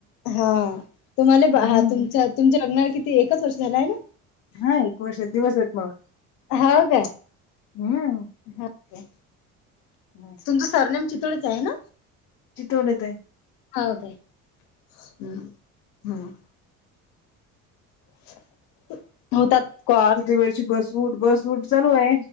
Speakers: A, on the left; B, on the left.
A: हा. तुम्हाला
B: हम्म
A: हा तुम-तुमच्या लग्नाला किती एकच वर्ष झालं हाय ना?
B: हा एक वर्ष दिवस आहेत मग.
A: हाव काय
B: हम्म
A: हाव काय?
B: हम्म
A: तुमं सरनेम चितळेच आहे ना?
B: चथोडेत आहे.
A: होय काय? हम्म हम्म. <inaudible> हो त्यात क
B: किती वेळची बस उठ बस उठ चालू ये.